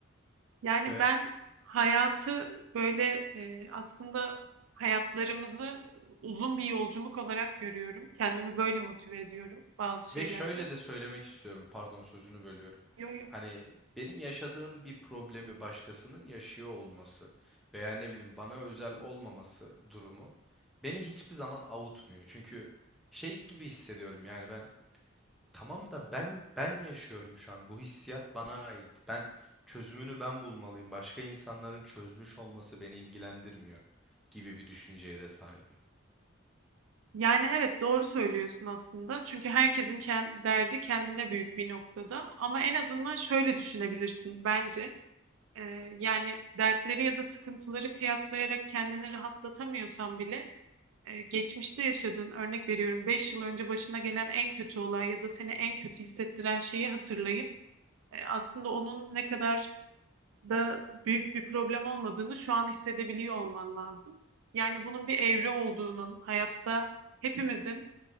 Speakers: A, on the right; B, in the centre.
A: Yani
B: Ve
A: ben hayatı böyle e, aslında hayatlarımızı uzun bir yolculuk olarak görüyorum. Kendimi böyle motive ediyorum bazı şeylerde.
B: Ve şöyle de söylemek istiyorum. Pardon sözünü bölüyorum.
A: Yo, yo.
B: Hani benim yaşadığım bir problemi başkasının yaşıyor olması veya ne bileyim bana özel olmaması durumu beni hiçbir zaman avutmuyor. Çünkü şey gibi hissediyorum yani ben tamam da ben ben yaşıyorum şu an. Bu hissiyat bana ait. Ben çözümünü ben bulmalıyım. Başka insanların çözmüş olması beni ilgilendirmiyor gibi bir düşünceye de sahibim.
A: Yani evet doğru söylüyorsun aslında. Çünkü herkesin ken- derdi kendine büyük bir noktada. Ama en azından şöyle düşünebilirsin bence. Ee, yani dertleri ya da sıkıntıları kıyaslayarak kendini rahatlatamıyorsan bile e, geçmişte yaşadığın örnek veriyorum 5 yıl önce başına gelen en kötü olay ya da seni en kötü hissettiren şeyi hatırlayıp e, aslında onun ne kadar da büyük bir problem olmadığını şu an hissedebiliyor olman lazım. Yani bunun bir evre olduğunun hayatta hepimizin